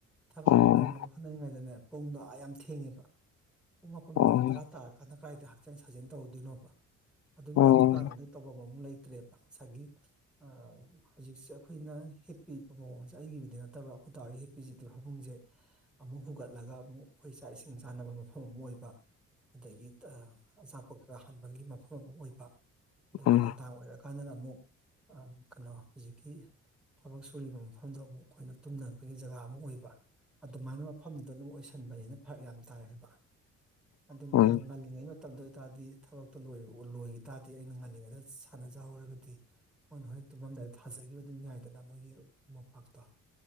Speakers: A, in the centre; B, on the left.
A: ꯊꯕꯛꯇꯨ
B: ꯑꯣ
A: ꯇꯧꯅꯕ ꯍꯣꯠꯅꯩꯉꯩꯗꯅꯦ ꯄꯨꯡꯗꯣ ꯑꯥ ꯌꯥꯝ ꯊꯦꯡꯉꯦꯕ ꯄꯨꯡ ꯃꯥꯄꯟ
B: ꯑꯣ
A: ꯃꯈꯥꯏ ꯇꯔꯥ ꯇꯥ ꯀꯥꯗ ꯀꯥꯏꯗ ꯍꯛꯆꯥꯡ ꯁꯥꯖꯦꯟ ꯇꯧꯔꯨꯗꯣꯏꯅꯣꯕ ꯑꯗꯨꯒꯤ
B: ꯑꯣ
A: ꯑꯗꯨ ꯀꯥꯟꯗ ꯇꯧꯕꯝ ꯑꯃꯨꯛ ꯂꯩ ꯇꯔꯦꯄ ꯉꯁꯥꯏꯒꯤ ꯑ ꯍꯧꯖꯤꯛꯁꯦ ꯑꯩꯈꯣꯏꯅ ꯍꯤꯞꯄꯤꯕ ꯃꯑꯣꯡꯖꯦ ꯑꯩꯒꯤꯕꯨꯗꯤ ꯅꯠꯇꯕ ꯑꯈꯣꯏ ꯗꯥꯍꯣꯏꯒꯤ ꯍꯤꯞꯄꯤꯖꯤꯗꯤ ꯐꯃꯨꯡꯖꯦ ꯑꯃꯨꯛ ꯍꯨꯒꯠꯂꯒ ꯑꯃꯨꯛ ꯑꯩꯈꯣꯏ ꯆꯥꯛ ꯏꯁꯤꯡ ꯆꯥꯅꯕ ꯃꯐꯝ ꯑꯃꯨꯛ ꯑꯣꯏꯕ ꯑꯗꯒꯤ ꯇꯥ ꯑꯆꯥꯄꯣꯠ ꯀꯩꯀꯥ ꯍꯥꯟꯕꯒꯤ ꯃꯐꯝ ꯑꯃꯨꯛ ꯑꯣꯏꯕ ꯑꯗꯨꯒ
B: ꯎꯝ
A: ꯅꯨꯡꯗꯥꯡ ꯑꯣꯏꯔꯛꯀꯥꯟꯗꯅ ꯑꯃꯨꯛ ꯑ ꯀꯩꯅꯣ ꯍꯨꯖꯤꯛꯀꯤ ꯊꯕꯛ ꯁꯨꯔꯤꯕ ꯃꯐꯝꯗꯣ ꯑꯃꯨꯛ ꯑꯈꯣꯏꯅ ꯇꯨꯝꯅꯕꯒꯤ ꯖꯒꯥ ꯑꯃꯨꯛ ꯑꯣꯏꯕ ꯑꯗꯨꯃꯥꯏꯅ ꯃꯐꯝꯗꯨꯗ ꯑꯗꯨꯝ ꯑꯣꯏꯁꯤꯟꯕꯅꯤꯅ ꯐꯔꯛ ꯌꯥꯝ ꯇꯥꯏ ꯍꯥꯏꯕ ꯑꯗꯨꯅꯤꯗ
B: ꯎꯝ
A: ꯑꯗꯨ ꯉꯜꯂꯤꯉꯩ ꯃꯠ ꯇꯝꯗ ꯑꯣꯏꯇꯥꯗꯤ ꯊꯕꯛꯇꯣ ꯂꯣꯏꯔꯑꯣ ꯂꯣꯏꯒꯤ ꯇꯥꯗꯤ ꯑꯩꯅ ꯉꯜꯂꯤꯉꯩꯗ ꯁꯥꯟꯅꯖꯍꯧꯔꯒꯗꯤ ꯃꯣꯏꯅ ꯍꯣꯔꯦꯟ ꯇꯨꯝꯃꯝꯗꯥꯏꯗ ꯊꯥꯖꯒꯤꯕ ꯑꯗꯨꯝ ꯌꯥꯏꯗꯅ ꯃꯣꯏꯒꯤ ꯃꯣꯝꯄꯥꯛꯇꯣ